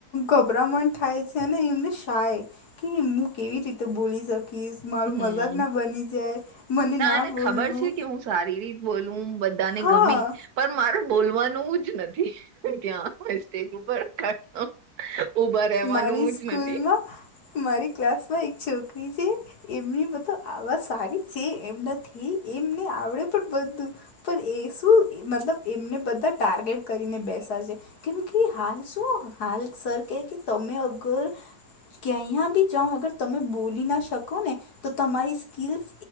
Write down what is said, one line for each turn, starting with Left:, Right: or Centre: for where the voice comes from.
Left: ગભરામણ થાય છે અને એમને શાાય કે હું કેવી રીતે તો બોલી શકીશ મારું
Right: હમ
Left: મજાક ના બની જાય મને ના
Right: એને
Left: બોલવું
Right: ખબર છે કે હું સારી રીત બોલવું બધાને
Left: હા
Right: ગમે પણ મારે બોલવાનું જ નથી ત્યાં સ્ટેજ ઉપર <unintelligible> ઊભા રહેવાનું
Left: મારી સ્કૂલમાં
Right: જ નથી
Left: મારી ક્લાસ માં એક છોકરી છે એમની મ તો આવા સારી છે એમના થી એમને આવડે પણ બધું પણ એ શું મતલબ એમને બધા ટાર્ગેટ કરીને બેસા છે કેમ કે હાલ શું હાલ સર કે કે તમે અગર ક્યાયા બી જાઓ અગર તમે બોલી ના શકો ને તો તમારી સ્કીલ્સ